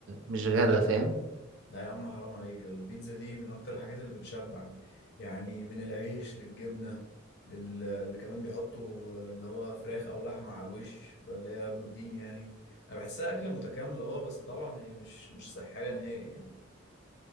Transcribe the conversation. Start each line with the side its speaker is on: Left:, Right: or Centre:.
Right: مش غدا فاهم
Left: لا يا عم حرام عليك البيتزا دي من اكتر الحاجات اللي بتشبع يعني من العيش للجبنة لل... اللي كمان بيحطوا اللي هو فراخ او لحمة على الوش اللي هي بروتين يعني انا بحسها اكلة متكاملة اه بس طبعا هي مش مش صحية نهائي يعني